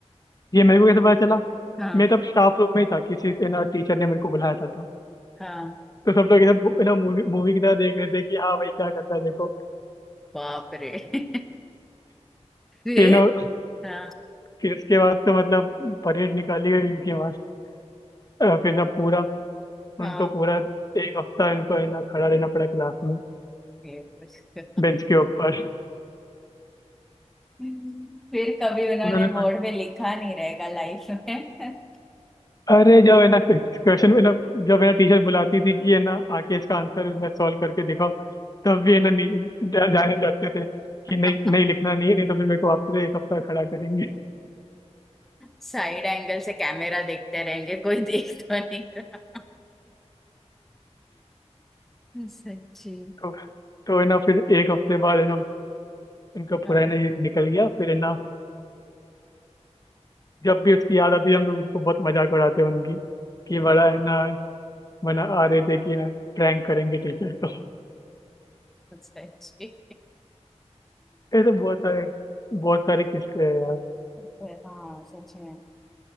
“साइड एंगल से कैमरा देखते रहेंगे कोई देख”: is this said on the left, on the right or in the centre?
Centre